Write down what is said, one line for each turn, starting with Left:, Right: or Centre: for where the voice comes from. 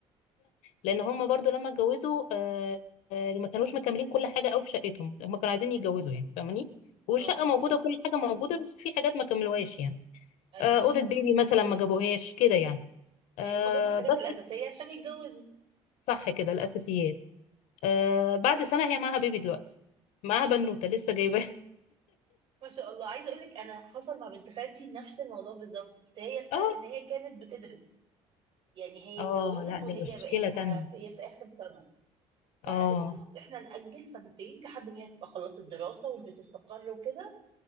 Left: لان هم برضو لما اتجوزوا آه، آه، ما كانوش مكملين كل حاجه قوي في شقتهم هم كانوا عايزين يتجوزوا يعني فاهماني والشقه
Right: اه
Left: موجوده كل حاجه موجوده بس في حاجات ما كملوهاش يعني
Right: ايوه
Left: آه، اوضه بيبي مثلا ما جابوهاش كده يعني آه
Right: ايوه هما جابوا الحاجات
Left: بس
Right: الاساسيه عشان يتجوزوا
Left: صح كده الاساسيات آه بعد سنه هي معاها بيبي دلوقتي معاها بنوته لسه جايباها
Right: ما شاء الله عايزه اقول لك انا حصل مع بنت خالتي نفس الموضوع بالظبط بس هي
Left: <laughs>
Right: الفرق
Left: اه
Right: ان هي كانت بتدرس يعني هي
Left: اه
Right: اتجوزت
Left: لا
Right: وهي
Left: دي مشكله
Right: بقى لها
Left: تانية
Right: هي في اخر سنه فقالوا
Left: اه
Right: خلاص احنا نأجل سنتين لحد ما هي تبقى خلصت دراسه والبيت استقر وكده